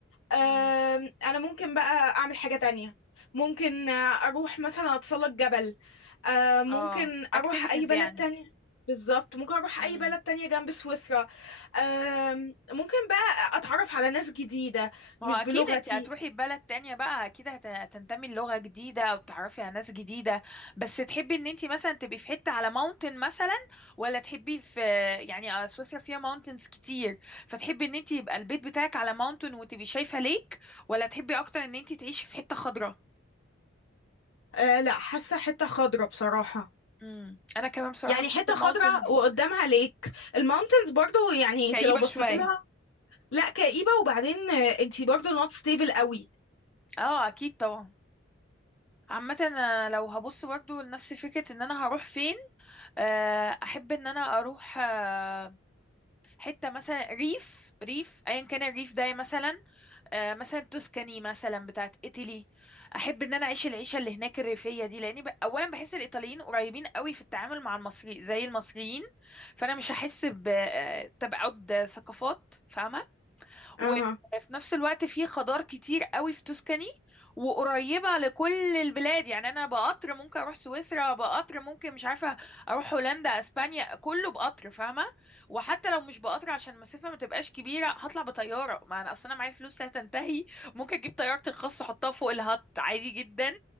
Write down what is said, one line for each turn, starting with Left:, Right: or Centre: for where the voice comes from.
Left: آه
Centre: امم
Left: أنا ممكن بقى أعمل حاجة تانية ممكن آه، أروح مثلا أتسلق جبل آه ممكن
Centre: اه اكتيفيتيز
Left: أروح أي بلد
Centre: يعني
Left: تانية بالظبط ممكن أروح
Centre: امم
Left: أي بلد تانية جنب سويسرا آم، ممكن بقى أتعرف على ناس جديدة
Centre: ما
Left: مش
Centre: هو اكيد
Left: بلغتي
Centre: انت هتروحي بلد تانية بقى اكيد هت- هتنتمي لغة جديدة او تعرفي على ناس جديدة بس تحبي ان انت مثلا تبقي في حتة على ماونتن مثلا ولا تحبي في يعني آه، سويسرا فيها ماونتنز كتير فتحبي ان انت يبقى البيت بتاعك على ماونتن وتبقي شايفة ليك ولا تحبي اكتر ان انت تعيشي في حتة خضراء
Left: آه لا حاسة حتة خضرة بصراحة
Centre: امم انا كمان بصراحة
Left: يعني
Centre: بحس
Left: حتة
Centre: الماونتنز
Left: خضرة وقدامها ليك الماونتنز برضو يعني
Centre: كئيبة
Left: انت لو بصيت
Centre: شوية
Left: لها لا كئيبة وبعدين آه، انت برضو نوت ستيبل قوي
Centre: اه اكيد طبعا عامة انا لو هبص برضه لنفس فكرة ان انا هروح فين آه، احب ان انا اروح آه، حتة مثلا ريف ريف ايا كان الريف ده مثلا آه، مثلا توسكاني مثلا بتاعت ايطالي احب ان انا اعيش العيشة اللي هناك الريفية دي لاني ب... اولا بحس الايطاليين قريبين قوي في التعامل مع المصري زي المصريين فانا مش هحس بتبعد ثقافات فاهمة
Left: اها
Centre: وفي نفس الوقت في خضار كتير قوي في توسكاني وقريبة لكل البلاد يعني أنا بقطر ممكن أروح سويسرا بقطر ممكن مش عارفة أروح هولندا أسبانيا كله بقطر فاهمة وحتى لو مش بقطر عشان المسافة ما تبقاش كبيرة هطلع بطيارة ما أنا أصلا معايا فلوس لا تنتهي ممكن أجيب طيارتي الخاصة أحطها فوق الهط عادي جدا